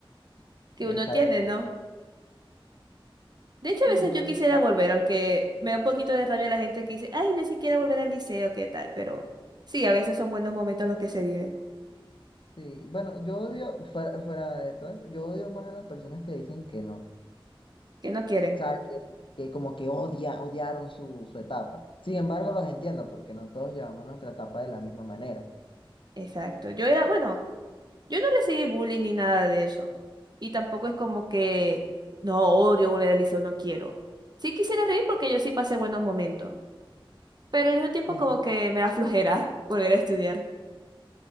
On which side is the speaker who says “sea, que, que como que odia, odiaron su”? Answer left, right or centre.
Left